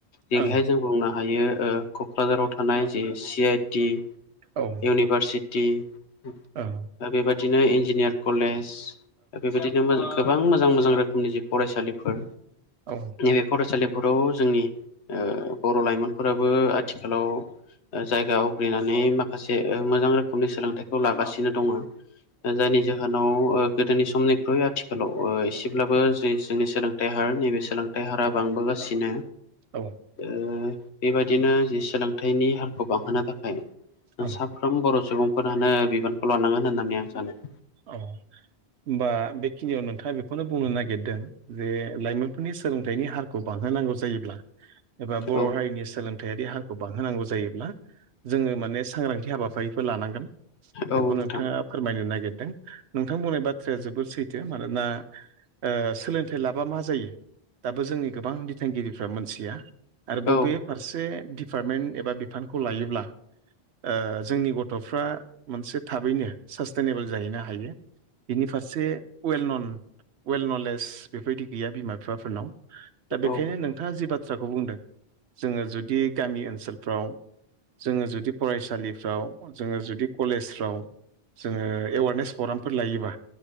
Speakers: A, on the left (about 80°); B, on the right (about 75°).
A: जेरैहाय
B: औ
A: जों बुंनो हायो ओ क'क्राझाराव थानाय जि सि-आइ-टि।
B: ओं
A: इउनिभारसिटि दा
B: ओं
A: बेबादिनो इन्जिनियार कलेज। दा बेबायदिनो गोबां मोजां-मोजां रोखोमनि जि फरायसालिफोर।
B: औ ओं
A: नैबे फरायसालिफोराव जोंनि ओ। बर' लाइमोनफोराबो आथिखालाव। जायगा आवग्रिनानै माखासे मोजां रोखोमनि सोलोंथाइखौ लागासिनो दङो। जायनि जाहोनाव गोदोनि समनिख्रुइ आथिखालाव। एसेब्लाबो जे जोंनि सोलोंथाइ हार नैबे सोलोंथाइ हारा बांबोगासिनो।
B: औ
A: ओ बेबादिनो जि सोलोंथाइनि हारखौ बांहोनो थाखाय।
B: ओं
A: साफ्रोम बर' सुबुंफोरानो बिबानखौ लानांगोन होननानै आं सानो।
B: औ। बा बेखिनियाव नोंथाङा बेखौनो बुंनो नागिरदों जे लाइमोनफोरनि सोलोंथाइनि हारखौ बां। बाहोनांगौ जायोब्ला एबा बर'
A: औ
B: हारिनि सोलों। थायारि हाखौ बांहोनांगौ जायोब्ला जोङो माने सांग्रांथि हाबाफारिफोर लानांगोन।
A: औ
B: बेखौ नोंथाङा
A: नोंथां
B: फोरमायनो नागिरदों। नोंथां बुंनाय बाथ्राया जोबोद सैथो मानोना ओ सोलोंथाइ लाबा मा जायो? दाबो जोंनि गोबां बिथोनगिरिफ्रा मोनथिया। आरो बबे
A: औ
B: फारसे दिपार्टमेन्ट एबा बिफानखौ लायोब्ला ओ। जोंनि गथ'फ्रा मोनसे थाबैनो सास्टेनेबोल जाहैनो हाग। बिनि फारसे वेल नन। वेल नलेज बेफोरबायदि गैया बिमा बिफाफोरनाव। दा बेखायनो
A: औ
B: नोंथाङा जि बाथ्राखौ बुंदों जोङो जुद। दि गामि ओनसोलफ्राव जोङो जुदि फरायसालिफ्राव जोङो जुदि कलेज। फ्राव जोङो एवारनेस प्रग्रामफोर लायोबा।